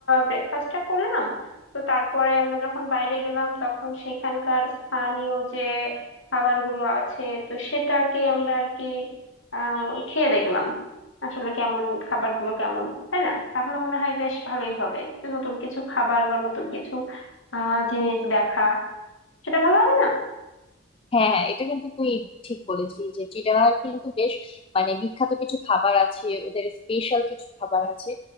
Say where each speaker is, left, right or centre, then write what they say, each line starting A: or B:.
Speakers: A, on the left; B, on the left.
A: ব্রেকফাস্টটা করলাম তো তারপরে আমরা যখন বাইরে গেলাম তখন সেখানকার স্থানীয় যে খাবারগুলো আছে তো সেটাকে আমরা আর কি আহ খেয়ে দেখলাম আসলে কেমন খাবারগুলো কেমন তাই না তাহলে মনে হয় বেশ ভালোই হবে তো নতুন কিছু খাবার বা নতুন কিছু আহ জিনিস দেখা সেটা ভালো হবে না
B: হ্যাঁ হ্যাঁ এটা কিন্তু তুই ঠিক বলেছিস যে চিটাগাং কিন্তু বেশ মানে বিখ্যাত কিছু খাবার আছে ওদের স্পেশাল কিছু খাবার আছে